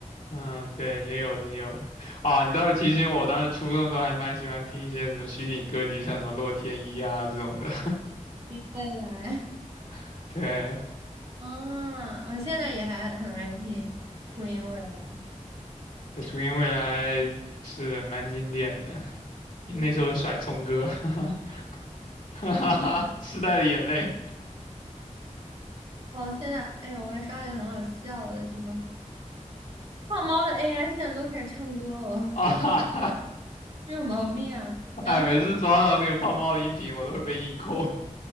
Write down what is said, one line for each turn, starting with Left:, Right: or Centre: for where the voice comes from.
Left: 嗯，对，也有的，也有的。啊，你倒是提醒我，当时初中的时候还蛮喜欢听一些什么虚拟歌姬，像什么洛天依啊这种的。
Right: 你未来，
Left: <laughs> 对，
Right: <laughs> 啊，我现在也还很爱听初音未来。
Left: 在初音未来是蛮经典的，那首甩葱歌，
Right: 嗯，
Left: <laughs> 哈哈哈，时代的眼泪
Right: 哦，现在哎呦，我还刷了一个很好笑的，什么胖猫的 AI 现在都开始唱歌了，
Left: 啊，<laughs> 哈哈，
Right: 是有毛病啊！然后他们。
Left: 哎，每次刷到那个胖猫的音频，我都会被硬扣，